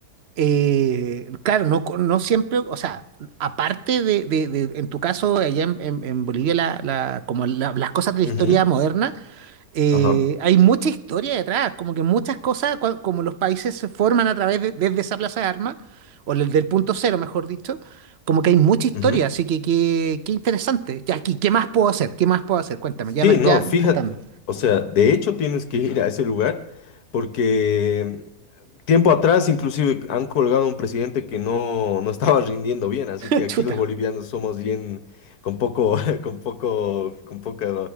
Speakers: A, on the right; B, on the left.
A: eh, claro, no, co- no siempre, o sea, aparte de, de- de- en tu caso, allá en, en- en Bolivia, la, la- como la- las cosas de la historia
B: Ujú,
A: moderna, eh,
B: Ajá.
A: hay mucha historia detrás, como que muchas cosas, cua- como los países se forman a través de, desde esa plaza de armas, o del, del punto cero, mejor dicho, como que hay mucha historia,
B: ujú.
A: así que qué, qué interesante. Ya, aquí, ¿qué más puedo hacer? ¿Qué más puedo hacer? Cuéntame, ya
B: Sí,
A: me,
B: no,
A: ya
B: fíjate,
A: me está gustando.
B: o sea, de hecho tienes que ir a ese lugar porque tiempo atrás inclusive han colgado a un presidente que no, no estaba rindiendo bien, así
A: <laughs>
B: que aquí
A: Chuta.
B: los bolivianos somos bien con poco, <laughs> con poco, con poca,